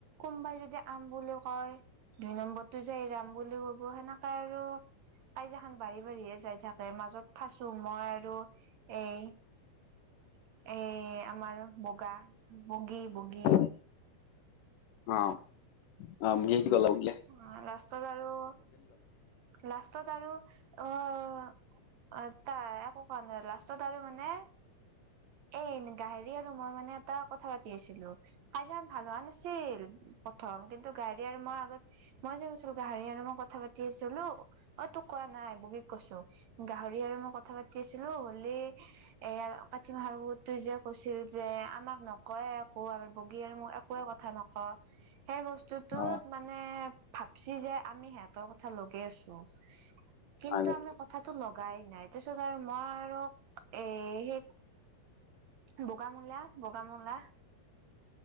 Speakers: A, on the right; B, on the left.
A: কোনবাই যদি আম বুলি কয় দুই নম্বৰটো যে এইৰাম বুলি কব সেনেকা আৰু কাইজা খন বাঢ়ি বাঢ়িয়ে যাই থাকে মাজত ফাচো মই আৰু এই-এই আমাৰ বগা-বগী, বগী।
B: <unintelligible>
A: অ', লাষ্টত আৰু লাষ্টত আৰু অ' অ', তাই একো কোৱা নাই, লাষ্টত আৰু মানে, এ গাহেৰি আৰু মই মানে এটা কথা পাতি আছিলোঁ। কাজিয়া ভাল হোৱা নাছিল প্ৰথম কিন্তু গাড়ী আৰু মই আগত, মই যে কৈছিলোঁ, গাহৰি আৰু মই কথা পাতি আছিলোঁ, অ', তোক কোৱা নাই বহীত, কৈছোঁ, গাহৰি আৰু মই কথা পাতি আছিলোঁ হ'লে, এইয়া কাতি মাহৰত তই যে কৈছিল যে আমাক নকয় একো আৰু- বগী আৰু মই একোৱে কথা নকওঁ, সেই বস্তুতত
B: হা
A: মানে, মানে ভাবছি যে আমি সিহঁতৰ কথা লগে আছোঁ কিন্তু
B: হয় নেকি
A: আমি- কথাটো লগাই নাই, তাৰপিত আৰু মই আৰু এ সেই- বগামূলা, বগামূলা,